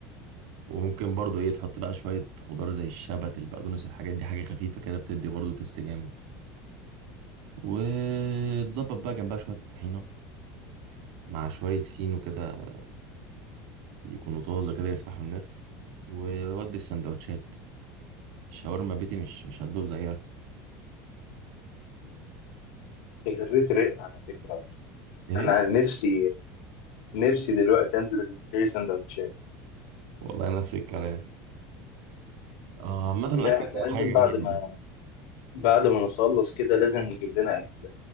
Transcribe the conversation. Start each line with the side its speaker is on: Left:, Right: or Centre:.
Right: وممكن برضو ايه تحط بقى شوية خضار زي الشبت البقدونس الحاجات دي حاجة خفيفة كده بتدي برضو تست جامد وتظبط بقى جنبها شوية الطحينة مع شوية فينو كده يكونوا طازة كده يفتحوا النفس وودي في سندوتشات الشاورما بيتي مش مش هتدوق زيها
Left: جريت رقنا على فكرة
Right: ايه
Left: أنا نفسي نفسي دلوقتي أنزل أشتري سندوتشات
Right: والله نفس الكلام اه مثلا
Left: لا
Right: الاكل
Left: إحنا
Right: ده
Left: لازم
Right: حاجة جميلة
Left: بعد ما بعد ما نخلص كده لازم نجيب لنا أكل